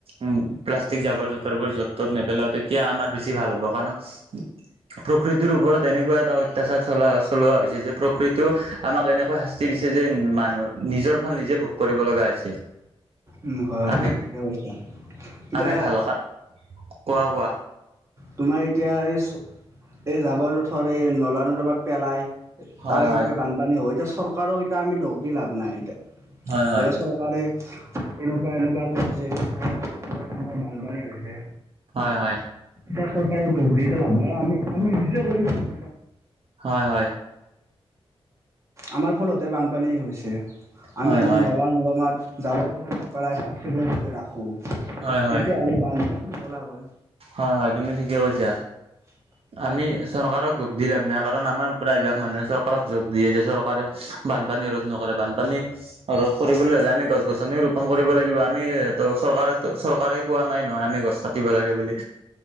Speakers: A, on the right; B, on the right.
A: উম! প্লাষ্টিক জাবৰ জোঁথৰবোৰ য'ত ত'ত নেপেলাওঁ, তেতিয়া আমাৰ বেছি ভাল হ'ব! কাৰণ প্ৰকৃতিৰ ওপৰত এনেকুৱা এটা অত্যাচাৰ চলা চলোৱা হৈছে যে প্ৰকৃতিও আমাক এনেকৈ শা স্তি, দিছে যে মানুহ নিজৰ ফল নিজে ভোগ কৰিব লগা হৈছে!
B: উম, হয়!
A: আমি
B: তুমি ঠিকেই কৈছা! এতিয়া
A: আমি ভাল কা কোৱা, কোৱা!
B: তোমাৰ এতিয়া এই, এই জাবৰ জোঁথৰ এই নলা নৰ্দমাত পেলাই
A: হয়
B: তাৰে
A: হয়
B: বাবে বানপানী হয়! এতিয়া চৰকাৰক এতিয়া আমি দোষ দি লাভ নাই এতিয়া!
A: হয়
B: <inaudible>
A: হয়
B: চৰকাৰে এনেকুৱা, এনেকুৱা কৰিছে তাৰ <unintelligible> বানপানী হৈছে!
A: হয়, হয়!
B: এতিয়া চৰকাৰক দোষ দি এতিয়া লাভ নাই! আমি, আমি নিজে কৰিছোঁ!
A: হয়, হয়!
B: আমাৰ ফলতে বানপানী হৈছে! আমি
A: হয়
B: যি
A: হয়
B: নলা নদমাত জাবৰ জোঁথৰ নেপেলাই চাফ চিকুণ কৰি ৰাখোঁ, তেতিয়াহ'লে
A: হয় হয়
B: বানপানী নহ'লাক হয়!
A: হয়, হয়! তুমি ঠিকেই কৈছা!
B: <inaudible>
A: আমি চৰকাৰক দোষ দি লাভ নাই, কাৰণ আমাৰ প্ৰায়ভাগ মানুহে চৰকাৰক যোগ দিয়ে যে চৰকাৰে বানপানী ৰোধ নকৰে। বানপানী ৰোধ কৰিবলৈ হ'লে আমি গছ গছনি ৰোপন কৰিব লাগিব। আমি ত' চৰকাৰে ত' চৰকাৰে কোৱা নাই নহয় আমি গছ কাটিব লাগে বুলি।